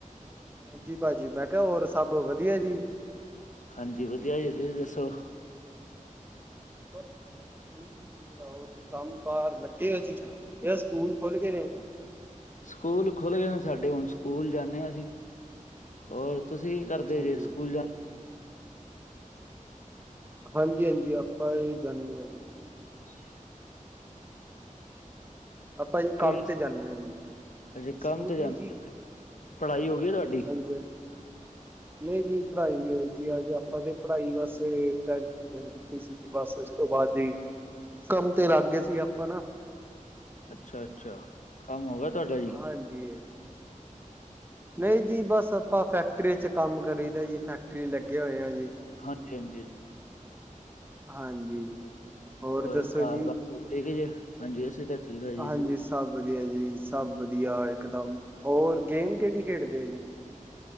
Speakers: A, on the right (about 15°); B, on the left (about 65°).
A: ਹਾਂਜੀ ਭਾਜੀ ਮੈਂ ਕਿਹਾ ਹੋਰ ਸਭ ਵਧੀਆ ਜੀ।
B: ਹਾਂਜੀ ਵਧੀਆ ਜੀ! ਤੁਸੀਂ ਦੱਸੋ?
A: ਮ ਕੰਮ- ਕਾਰ ਲੱਗੇ ਹੋਏ ਸੀ।, ਕਿ ਸਕੂਲ ਖੁੱਲ ਗਏ ਨੇ?
B: ਸਕੂਲ ਖੁੱਲ ਗਏ ਨੇ, ਸਾਡੇ ਹੁਣ ਸਕੂਲ ਜਾਂਦੇ ਹਾਂ। ਅਸੀਂ ਔਰ ਤੁਸੀਂ? ਕਰਦੇ
A: ਅੱਛਾ
B: ਜੇ
A: ਜੀ।
B: ਸਕੂਲ ਜਾਂ
A: ਹਾਂਜੀ -ਹਾਂਜੀ ਆਪਾਂ ਹੀ ਜਾਂਦੇ ਹਾਂ ਜੀ।
B: ਹ
A: ਆਪਾਂ ਜੀ ਕੰਮ
B: ਕਿਹੜੇ ਸਕੂਲ?
A: ਤੇ ਜਾਂਦੇ ਹਾਂ ਜੀ
B: ਅੱਛਾ
A: ਸਕੂਲ
B: ਕੰਮ ਤੇ ਜਾਂਦੇ
A: ਨੀ ਜੀ
B: ਪੜ੍ਹਾਈ ਹੋ ਗਈ ਆ ਤੁਹਾਡੀ?
A: ਹਾਂਜੀ ਹਾਂਜੀ ਨਹੀਂ ਨਹੀਂ ਪੜ੍ਹਾਈ ਨਹੀਂ ਹੋਈ ਅਜੇ ਆਪਾਂ ਤੇ ਪੜ੍ਹਾਈ ਵਸ। ਕੀਤੀ ਸੀਗੀ ਬਸ ਉਸ ਤੋਂ ਬਾਅਦ ਜੀ ਕੰਮ ਤੇ ਲੱਗ ਗਏ ਸੀ। ਆਪਾਂ ਨਾ,
B: ਅੱਛਾ- ਅੱਛਾ ਕੰਮ ਹੋਗਾ ਤੁਹਾਡਾ ਜੀ?
A: ਹਾਂਜੀ। ਨਹੀਂ ਜੀ ਬਸ ਆਪਾਂ ਫੈਕਟਰੀ ਚ ਕੰਮ ਕਰੀ ਦਾ ਜੀ ਫੈਕਟਰੀ ਲੱਗੇ ਹੋਏ ਆ ਜੀ
B: ਹਾਂਜੀ ਹਾਂਜੀ
A: ਹਾਂਜੀ ਹੋਰ
B: ਔਰ
A: ਦੱਸੋ
B: ਘਰ
A: ਜੀ
B: ਬਾਰ ਸਭ ਠੀਕ ਹੈ ਜੀ ਹਾਂਜੀ ਅਸੀਂ ਤਾਂ ਠੀਕ ਆ ਜੀ
A: ਹਾਂਜੀ
B: ਤੁਸੀਂ
A: ਸਭ ਵਧੀਆ ਜੀ ਸਭ ਵਧੀਆ ਇਕਦਮ ਹੋਰ ਗੇਮ ਕਿਹੜੀ ਖੇਡਦੇ ਆ ਜੀ